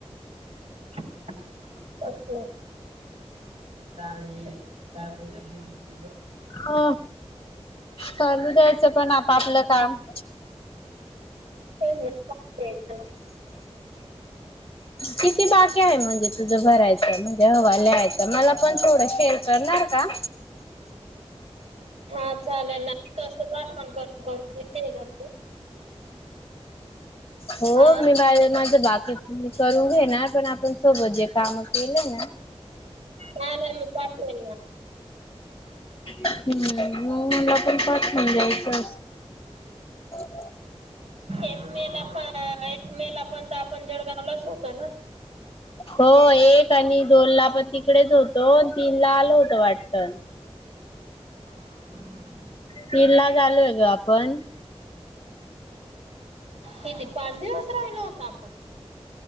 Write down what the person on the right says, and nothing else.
<unintelligible> <unintelligible>
तेच ना
हा, चालेल ना. कसं आठवणं करून करून घेते ग <unintelligible>
हा
का नाही? मी पाठवेल ना.
एक मे ला पण, एक मे ला पण आपण त जळगावलाच होतो ना.
<inaudible>
किती पाच दिवस राहिलो होतो आपण?